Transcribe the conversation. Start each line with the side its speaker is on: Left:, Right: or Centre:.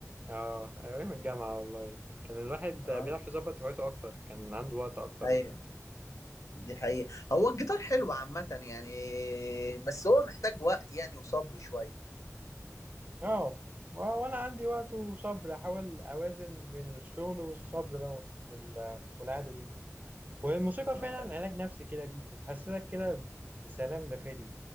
Right: اه أيام الجامعة والله كان الواحد
Left: اه
Right: بيعرف يظبط هوايته أكتر كان عنده وقت أكتر
Left: ايوه
Right: وكده
Left: دي حقيقة هو الجيتار حلو عامة يعني بس هو محتاج وقت يعني وصبر شوية
Right: اه و- وانا عندي وقت وصبر احاول اوازن بين الشغل والصبر دوت وال- والعادة دي والموسيقى
Left: آه.
Right: فعلا علاج نفسي كده ليك بتحسسك كده بسلام داخلي